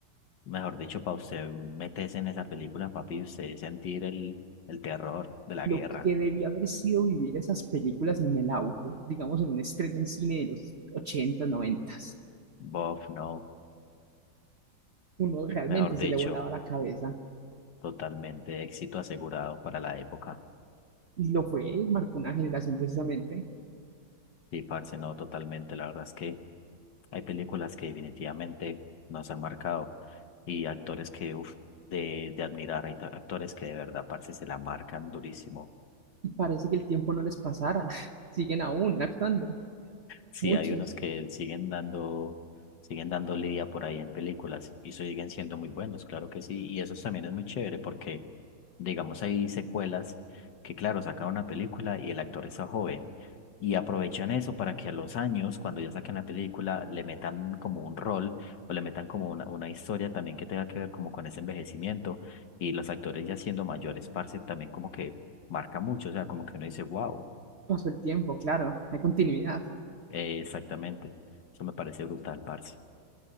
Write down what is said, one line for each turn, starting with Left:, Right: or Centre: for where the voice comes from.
Left: mejor dicho, para usted meterse en esa película, papi, y usted sentir el, el terror de la
Right: Lo
Left: guerra,
Right: que debía haber sido vivir esas películas en el auge, digamos en un estreno en cine de los ochenta 90.
Left: bof, no,
Right: Uno realmente
Left: mejor
Right: se
Left: dicho.
Right: le volaba la cabeza.
Left: Totalmente, éxito asegurado para la época.
Right: Y lo fue, y marcó una generación precisamente.
Left: Sí, parce, no, totalmente. La verdad es que hay películas que definitivamente nos han marcado y actores que, uff, de, de admirar. Hay ta- actores que de verdad, parce, se la marcan durísimo.
Right: Y parece que el tiempo no les pasara. <laughs> Siguen aún actuando,
Left: Sí,
Right: muchos.
Left: hay unos que siguen dando, siguen dando lidia por ahí en películas y siguen siendo muy buenos, claro que sí. Y eso también es muy chévere porque, digamos, hay secuelas que, claro, sacan una película y el actor está joven y aprovechan eso para que a los años, cuando ya saquen la película, le metan como un rol o le metan como una, una historia también que tenga que ver como con ese envejecimiento y los actores ya siendo mayores, parce, también como que marca mucho, o sea, como que uno dice, wow
Right: Pasó el tiempo, claro, hay continuidad.
Left: eh, exactamente. Eso me parece brutal, parce.